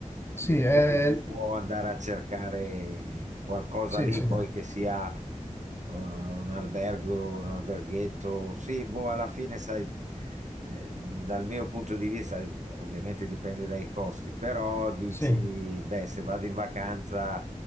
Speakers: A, on the left (about 20°); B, on the right (about 70°).
A: sì,
B: Direi
A: eh,
B: che si può andare a cercare qualcosa
A: sì,
B: lì,
A: sì,
B: poi che sia eh, un albergo, un alberghetto. Sì, boh, alla fine sai. Eh, dal mio punto di vista, ovviamente dipende dai costi, però dici,
A: sì.
B: beh, se vado in vacanza